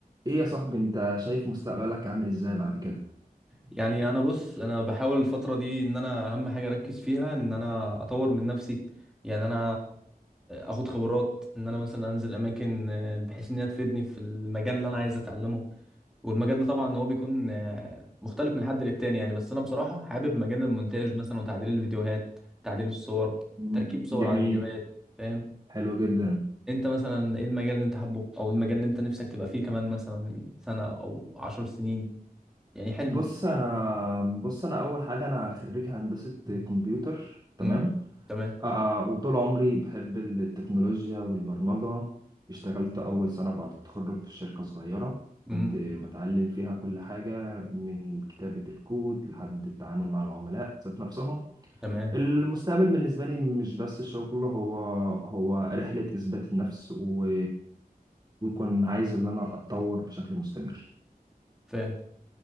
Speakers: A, on the right; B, in the centre.
A: ايه يا صاحبي انت شايف مستقبلك عامل ازاي بعد كده
B: يعني انا بص انا بحاول الفتره دي ان انا اهم حاجه اركز فيها ان انا اطور من نفسي يعني انا اخد خبرات ان انا مثلا انزل اماكن آه، بحيث ان هي تفيدني في المجال اللي انا عايز اتعلمه والمجال ده طبعا هو بيكون آه، مختلف من حد للتاني يعني بس انا بصراحه حابب مجال المونتاج مثلا وتعديل الفيديوهات تعديل الصور
A: مم.
B: تركيب صور
A: جميل
B: على فيديوهات فاهم
A: حلو جدا
B: انت مثلا ايه المجال اللي انت حابه او المجال اللي انت نفسك تبقى فيه كمان مثلا سنه او عشر سنين يعني حلمك
A: بص انا بص انا اول حاجه انا خريج هندسه كمبيوتر تمام
B: امم تمام
A: آه آه، وطول عمري بحب التكنولوجيا والبرمجه اشتغلت اول سنه بعد التخرج في شركه صغيره
B: مم.
A: كنت بتعلم فيها كل حاجه من كتابه الكود لحد التعامل مع العملاء ذات نفسهم
B: تمام
A: المستقبل بالنسبة لي مش بس الشغل هو هو رحلة إثبات النفس و... بيكون عايز ان انا اتطور بشكل مستمر
B: فاهم